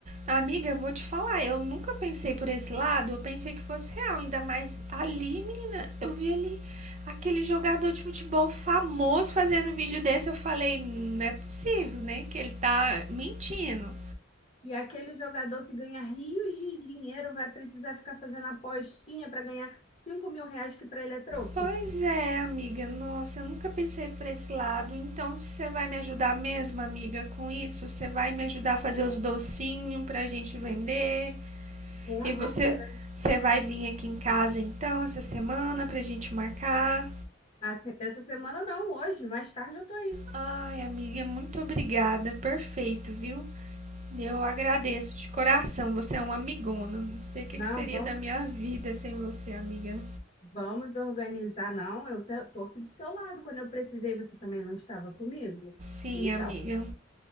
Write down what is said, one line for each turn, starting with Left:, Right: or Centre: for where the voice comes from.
Right: Amiga, eu vou te falar, eu nunca pensei por esse lado, eu pensei que fosse real, ainda mais ali, menina, eu vi ali aquele jogador de futebol famoso fazendo vídeo desse, eu falei, não é possível, né, que ele tá mentindo.
Left: E aquele jogador que ganha rios de dinheiro vai precisar ficar fazendo apostinha para ganhar cinco mil reais que para ele é troco?
Right: Pois é, amiga, nossa, eu nunca pensei por esse lado, então você vai me ajudar mesmo, amiga, com isso? Você vai me ajudar a fazer os docinhos pra gente vender?
Left: Com
Right: E você,
Left: certeza.
Right: você vai vir aqui em casa então essa semana pra gente marcar?
Left: Assim, Essa semana não, hoje, mais tarde eu tô aí.
Right: Ai, amiga, muito obrigada. Perfeito, viu? Eu agradeço de coração. Você é um amigona. Não sei o que
Left: Não,
Right: que seria
Left: vamos,
Right: da minha vida sem você, amiga.
Left: vamos organizar, não. Eu te- tô aqui do seu lado. Quando eu precisei, você também não estava comigo.
Right: Sim,
Left: Então,
Right: amiga.